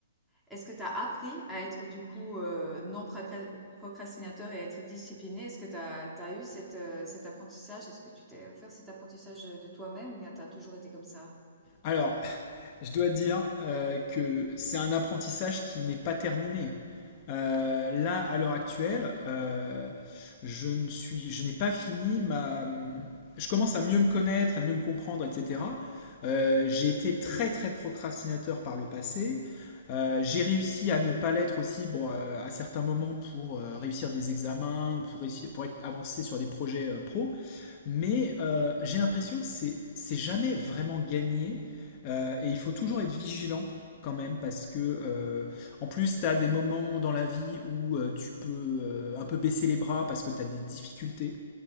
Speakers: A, in the centre; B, on the left.
A: Est-ce que tu as appris à être du coup euh, non procra- procrastinateur et à être discipliné? Est-ce que tu as, eu cette, euh, cet apprentissage? Est-ce que tu t'es offert cet apprentissage de toi-même ou bien tu as toujours été comme ça?
B: Alors, je dois dire euh, que c'est un apprentissage qui n'est pas terminé. Euh, là, à l'heure actuelle, euh, je ne suis, je n'ai pas fini ma. Je commence à mieux me connaître, à mieux me comprendre, etc. Euh, j'ai été très très procrastinateur par le passé. Euh, j'ai réussi à ne pas l'être aussi bon, euh, à certains moments pour euh, réussir des examens, pour, réussir- pour être avancé sur des projets euh, pro. Mais euh, j'ai l'impression que c'est c'est jamais vraiment gagné euh, et il faut toujours être vigilant quand même parce que euh, en plus tu as des moments dans la vie où euh, tu peux euh, un peu baisser les bras parce que tu as des difficultés